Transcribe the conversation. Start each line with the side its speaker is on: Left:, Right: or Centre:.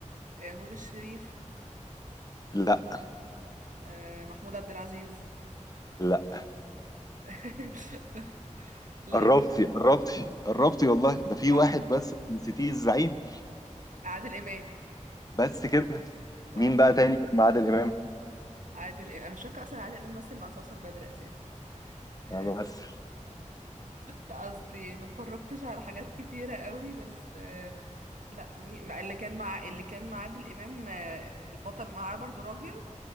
Right: آه، نور الشريف
Left: لا
Right: آه، محمود عبد العزيز
Left: لا
Right: <laughs> لا
Left: قربتي قربتي قربتي والله ده في واحد
Right: أر-
Left: بس نسيتيه الزعيم
Right: عادل امام
Left: بس كده
Right: أهو،
Left: مين بقى تاني كان معاه عادل امام
Right: عادل امام انا مش فاكره اصلا عادل امام مثل مع سوسن بدر اساسا آه،
Left: انا بس
Right: لا اصلي ما اتفرجتش على حاجات كتيره قوي بس آه، لا مي... ما- اللي كان مع اللي كان مع عادل امام آه، البطل معاه برضو راجل